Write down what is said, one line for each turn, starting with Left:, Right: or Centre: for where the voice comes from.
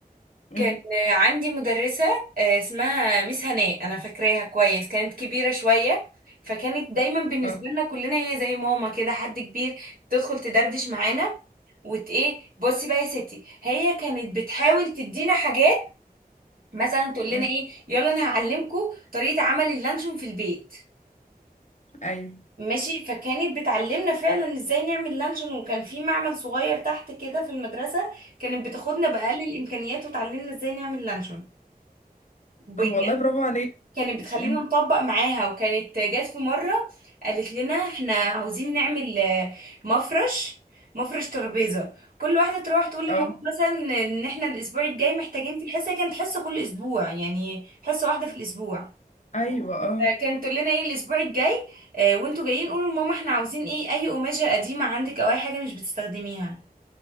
Right: كان
Left: امم
Right: عندي مدرسه آه، اسمها ميس هناء انا فاكراها كويس كانت كبيره شويه فكانت دايما بالنسبه
Left: اه
Right: لنا كلنا هي زي ماما كده حد كبير تدخل تدردش معانا وت ايه بصي بقى يا ستي هي كانت بتحاول تدينا حاجات مثلا تقول لنا
Left: امم
Right: ايه يلا انا هعلمكم طريقه عمل اللانشون في البيت
Left: ايوه
Right: ماشي فكانت بتعلمنا فعلا ازاي نعمل لانشون وكان في معمل صغير تحت كده في المدرسه كانت بتاخدنا باقل الامكانيات وتعلمنا ازاي نعمل لانشون بجد
Left: طب والله برافو عليك
Right: كانت بتخلينا
Left: امم
Right: نطبق معاها وكانت جت في مره قالت لنا احنا عاوزين نعمل آه، مفرش مفرش ترابيزه كل واحده تروح تقول لماما
Left: اه
Right: مثلا ان احنا الاسبوع الجاي محتاجين في الحصه كانت حصه كل اسبوع يعني حصه واحده في الاسبوع
Left: ايوه اه
Right: فكان تقول لنا ايه الاسبوع الجاي آه وانتوا جايين قولوا لماما احنا عاوزين ايه اي قماشه قديمه عندك او اي حاجه مش بتستخدميها